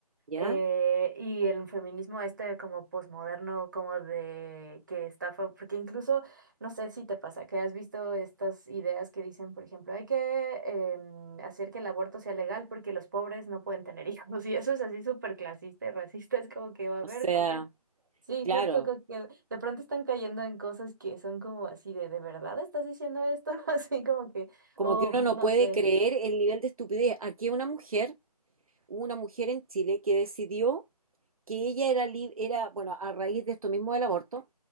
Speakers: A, on the right; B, on the right.
A: ¿ya?
B: Eh, y el feminismo este como posmoderno, como de que está, fa- porque incluso, no sé si te pasa, que has visto estas ideas que dicen, por ejemplo, hay que em, hacer que el aborto sea legal porque los pobres no pueden tener <laughs> hijos, y eso es así súper clasista y racista, es como que, a
A: O
B: ver,
A: sea,
B: porque sí,
A: claro,
B: justo como que de pronto están cayendo en cosas que son como así de, ¿de verdad estás diciendo esto? <laughs> Así como que,
A: como
B: o
A: que uno no
B: no
A: puede
B: sé,
A: creer el nivel de estupidez. Aquí una mujer, hubo una mujer en Chile que decidió que ella era, lib- era, bueno, a raíz de esto mismo del aborto,